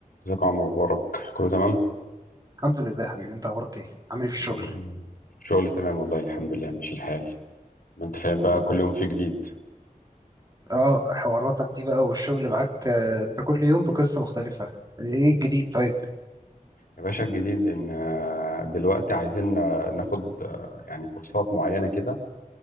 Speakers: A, on the left; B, on the right.
A: ازيك يا عمر مبارك كله تمام
B: الحمد لله يا حبيبي انت اخبارك ايه عامل ايه في
A: مم.
B: الشغل
A: الشغل تمام والله الحمد لله ماشي الحال ما انت فاهم
B: الحمد
A: بقى
B: لله
A: كل يوم في جديد
B: اه حواراتك دي بقى والشغل معاك آه، انت كل يوم بقصة مختلفة ايه الجديد طيب
A: يا باشا الجديد ان آه، دلوقتي عايزين آه، ناخد آه، يعني كورسات معينة كده